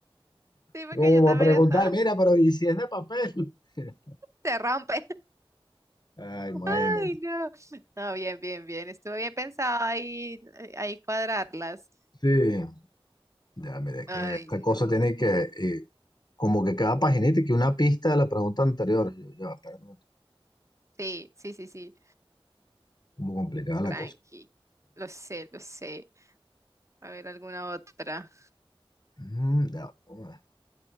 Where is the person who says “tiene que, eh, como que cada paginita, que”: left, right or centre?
Left